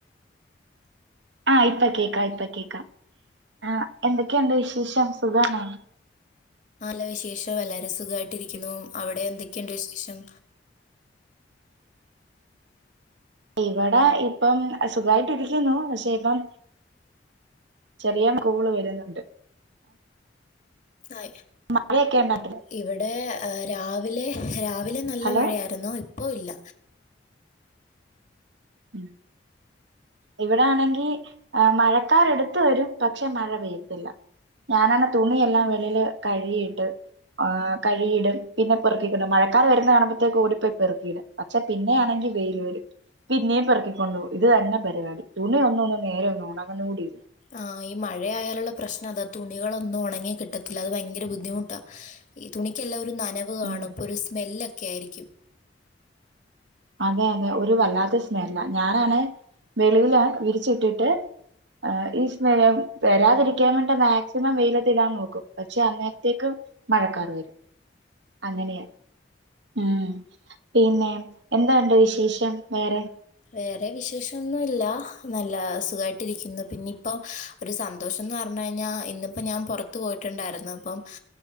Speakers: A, on the right; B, on the left.
A: ആഹ് ഇപ്പ കേക്കാം ഇപ്പ കേക്കാം ആഹ് എന്തൊക്കെയുണ്ട് വിശേഷം സുഖാണോ
B: നല്ല വിശേഷം എല്ലാരും സുഖായിട്ടരിക്കുന്നു അവിടെ എന്തൊക്കെയുണ്ട് വിശേഷം
A: ഇവിടെ ഇപ്പം അസുഖായിട്ടരിക്കുന്നു പക്ഷെ ഇപ്പം ചെറിയ കോള് വെരുന്നുണ്ട്
B: ആയി
A: മഴേക്ക ഇണ്ടാ നാട്ടില്
B: ഇവിടെ രാവിലെ രാവിലെ നല്ല
A: ഹലോ
B: മഴയായിരുന്നു ഇപ്പോ ഇല്ല
A: ഉം ഇവിടാണെങ്കി മഴക്കാറടുത്ത് വെരും പക്ഷെ മഴ പെയ്യത്തില്ല ഞാനാണെ തുണിയെല്ലാം വെളീല് കഴുകിയിട്ട് ആഹ് കഴുകിയിടും പിന്നെ പിർ മഴക്കാർ വെരുന്ന കാണുംമ്പത്തേക്ക് ഓടിപ്പോയി പെറുക്കിടും പക്ഷെ പിന്നെയാണെങ്കി വെയില് വെരും പിന്നേം പെർക്കി കൊണ്ട് പോകും ഇതന്നെ പരിപാടി തുണി ഒന്നും നേരെ ഒന്നും ഉണങ്ങുന്ന കൂടില്ല
B: ആഹ് ഈ മഴയായാലുള്ള പ്രശ്നതാ തുണികളൊന്നും ഒണങ്ങി കിട്ടത്തില്ല അത് ഭയങ്കര ബുദ്ധിമുട്ടാ ഈ തുണിക്കെല്ലാ ഒരു നനവ് കാണും
A: ഉം
B: അപ്പോ ഒരു സ്മെല്ലൊക്കായിരിക്കും
A: അതെ അതെ ഒരു വല്ലാത്ത സ്മെല്ലാ ഞാനാണ് വെളീലാ വിരിച്ചിട്ടിട്ട് ഈ സ്മെല്ല് വരാതിരിക്കാൻ വേണ്ടി മാക്സിമം വെയിലത്തിടാൻ നോക്കും പക്ഷെ അന്നേര്ത്തേക്കും മഴക്കാറ് വെരും അങ്ങനെയാ ഉം പിന്നെ എന്തോണ്ട് വിശേഷം വേറെ
B: വേറെ വിശേഷൊന്നുല്ല നല്ല സുഖായിട്ടിരിക്കുന്നു പിന്നെ ഇപ്പം ഒരു സന്തോഷംന്ന് പറഞ്ഞ് കഴിഞ്ഞാ ഇന്നിപ്പോ ഞാൻ പൊറത്തു പോയിട്ടുണ്ടായിരുന്നു അപ്പം